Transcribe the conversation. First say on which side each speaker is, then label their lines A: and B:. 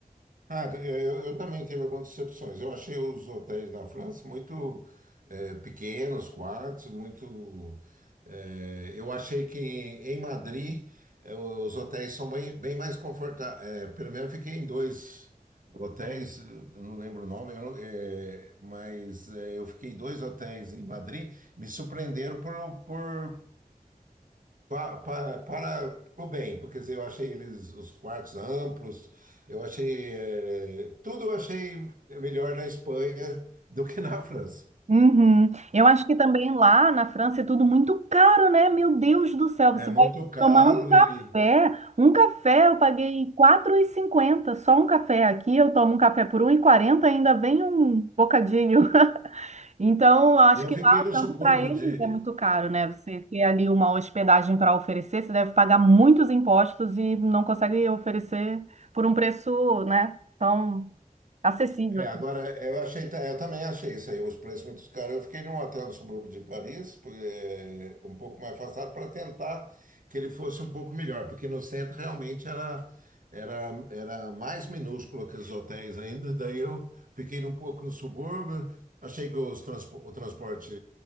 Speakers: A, on the right; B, on the right.
A: Ah, eh, eu, eu também tive algumas decepções. Eu achei os hotéis na França muito eh, pequenos, quartos, muito. eh, eu achei que em Madrid eh, os hotéis são bem, bem mais confortáveis. pelo menos eu fiquei em dois hotéis, eh, eu não lembro o nome, eu não- eh, mas eh, eu fiquei em dois hotéis em Madrid, me surpreenderam por, por Pa- pa- Para, o bem, porque quer dizer, eu achei eles os quartos amplos, eu achei eh, tudo eu achei melhor na Espanha do que na França.
B: Uhum. Eu acho que também lá na França é tudo muito caro, né? Meu Deus do céu, você
A: É muito
B: vai
A: caro
B: tomar um café.
A: e
B: Um café eu paguei quatro e cinquenta só um café. Aqui eu tomo um café por um e quarenta ainda vem um bocadinho. Então, eu acho
A: eu
B: que
A: fiquei
B: lá,
A: no
B: tanto
A: subúrbio
B: para eles,
A: de.
B: é muito caro, né? Você ter ali uma hospedagem para oferecer, você deve pagar muitos impostos e não consegue oferecer por um preço, né, tão acessível.
A: É, agora eu achei, ta- eu também achei isso aí, os preços muito caros. Eu fiquei num hotel no subúrbio de Paris, por- é, um pouco mais afastado, para tentar que ele fosse um pouco melhor, porque no centro realmente era, era, era mais minúsculo que os hotéis ainda. Daí eu fiquei um pouco no subúrbio, achei que os transpo- o transporte